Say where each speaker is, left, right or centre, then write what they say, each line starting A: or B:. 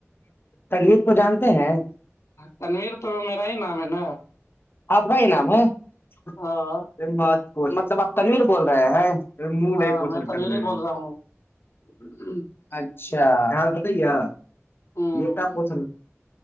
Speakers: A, on the left; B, on the left.
A: تریر کو جانتے ہیں
B: تنویر تو میرا ہی نام ہے نا
A: آپ کا نام ہے
B: ہاں
A: م مطلب آپ تنویر بول رہے ہیں موڈے
B: ہاں
A: پ
B: میں
A: چل
B: تنویر
A: کرے
B: ہی بول رہا ہوں
A: اچھا ح پت ہی ہے
B: ہوں
A: یہ کیا پوس